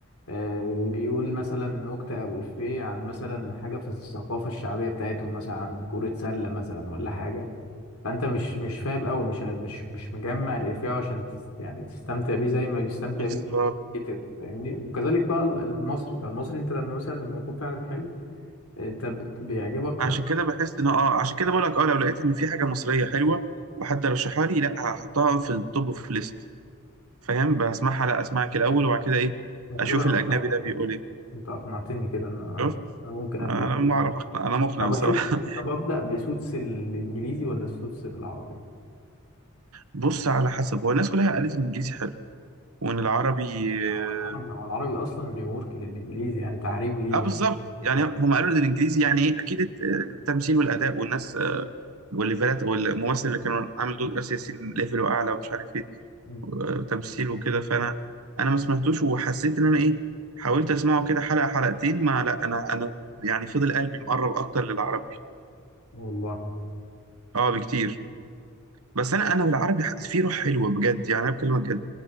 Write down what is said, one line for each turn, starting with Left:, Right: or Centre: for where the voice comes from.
Left: آه، بيقول مثلا نكتة او افيه عن مثلا حاجة في الثقافة الشعبية بتاعتهم مثلا عن كرة سلة مثلا ولا حاجة فانت مش مش فاهم قوي مش مش مش مجمع الافيه عشان تس يعني تستمتع بيه زي ما بيستمتع
Right: بالظبط
Left: بيه الكتاب فاهمني وكذلك بقى ال- المصري فالمصري انت لما مثلا لما يكون فعلا حلو انت بت- بيعجبك
Right: عشان
Left: اكتر
Right: كده بحس ان اه عشان كده بقول لك اه لو لقيت ان في حاجه مصريه حلوه وحد رشحها لي لا هحطها في التوب اوف ليست فاهم بسمعها لا اسمعك الاول
Left: كده.
Right: وبعد كده ايه
Left: انت
Right: اشوف
Left: كده
Right: الاجنبي
Left: اقنعتني
Right: ده بيقول ايه
Left: انت اقنعتني كده انا
Right: شفت
Left: انا ممكن
Right: انا
Left: ابدا فيه
Right: ما اعرف اقنع انا مقنع
Left: طب
Right: بصراحه
Left: اشوف طب ابدا بسوتس الانجليزي ولا السوتس بالعربي
Right: بص على حسب هو الناس كلها قالت ان الانجليزي حلو وان العربي
Left: ما هو العربي
Right: اه
Left: ما هو العربي اصلا ريورك للانجليزي يعني تعريب ليه
Right: آه، بالظبط
Left: يعني
Right: يعني
Left: كده
Right: هم قالوا ان الانجليزي يعني ايه اكيد الت- التمثيل والاداء والناس آه، والليفلات والممثل اللي كانوا عامل دور اسيا ياسين ليفله اعلى ومش عارف ايه
Left: مم.
Right: آه، تمثيل وكده فانا انا ما سمعتوش وحسيت ان انا ايه حاولت اسمعه كده حلقه حلقتين ما لا انا انا يعني فضل قلبي مقرب اكتر للعربي
Left: والله
Right: اه بكتير بس انا انا بالعربي ح- في روح حلوه بجد يعني انا بكلمك جد